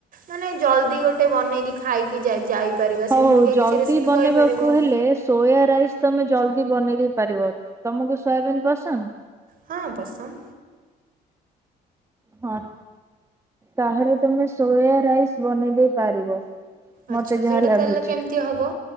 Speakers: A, on the right; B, on the right.
A: ମାନେ ଜଲଦି ଗୋଟେ ବନେଇକି ଖାଇକି ଯା ଯାଇ ପାରିବା
B: ହଉ
A: ସେମିତିକା
B: ହଉ ଜଲଦି
A: କିଛି ରେସିପି
B: ବନେଇବାକୁ
A: କହିପାରିବ।
B: ହେଲେ ସୋୟା ରାଇସ୍ ତମେ ଜଲଦି ବନେଇ ଦେଇ ପାରିବ ତମକୁ ସୋୟାବିନ୍ ପସନ୍ଦ
A: ହଁ ପସନ୍ଦ।
B: ହଁ ତାହେଲେ ତମେ ସୋୟା ରାଇସ ବନେଇ ଦେଇ ପାରିବ। ମତେ
A: ଆଚ୍ଛା
B: ଯାହା
A: ସେଇଟା
B: ଲାଗୁଛି
A: ତାହେଲେ କେମିତି ହବ